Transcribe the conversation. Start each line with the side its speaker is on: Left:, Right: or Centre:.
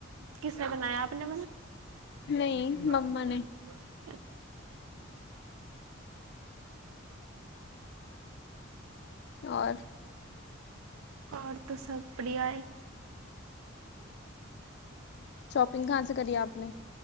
Right: کس نے بنایا آپ نے
Left: نہیں
Right: م
Left: مما نے اور
Right: اور تو سب پریا ہے
Left: شاپنگ کہاں سے کری آپ نے